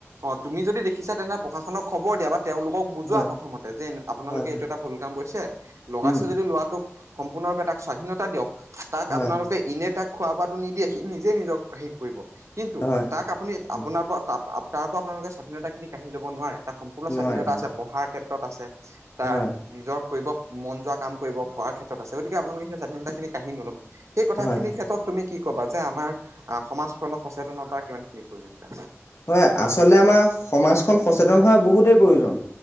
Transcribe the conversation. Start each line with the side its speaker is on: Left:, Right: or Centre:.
Right: অ' তুমি যদি দেখিছা তেনেহলে পশাসনক খবৰ দিয়া বা তেওঁলোকক বুজোৱা
Left: হয়,
Right: প্ৰথমতে যে আপোনালোকে
Left: হয়, হয়,
Right: এইটো এটা ভুল কাম কৰিছে, লগাইছে
Left: উম,
Right: যদি ল'ৰাটোক সম্পূৰ্ণৰূপে তাক স্বাধীনতা দিয়ক। তাক
Left: হয়,
Right: আপোনালোকে ইনে তাক খোৱা বোৱা নিদিয়ে সি নিজে নিজক কৰিব কিন্তু
Left: হয়, হয়।
Right: তাক আপুনি
Left: উম,
Right: আপোনাৰপৰা তাৰপৰা আপোনালোকে স্বাধীনতাখিনি কাৰি ল'ব নোৱাৰে। তাৰ সম্পূৰ্ণ
Left: নোৱাৰে,
Right: স্বাধীনতা
Left: নোৱাৰে,
Right: আছে, পঢ়াৰ ক্ষেত্ৰত আছে তাৰ
Left: হয়,
Right: নিজৰ কৰিব মন যোৱা কাম কৰিব কৰাৰ ক্ষেত্ৰত আছে গতিকে আপোনালোকে সেই স্বাধীনতাখিনি কাঢ়ি নল'ব। সেই কথাখিনিৰ
Left: হয়, হয়।
Right: ক্ষেত্ৰত তুমি কি ক'বা যে আমাৰ আ, সমাজখননৰ সচেতনতা কিমানখিনি প্ৰয়োজনীয়তা আছে?
Left: হয় আচলে আমাৰ সমাজখন সচেতন হোৱা বহুতেই প্ৰয়োজন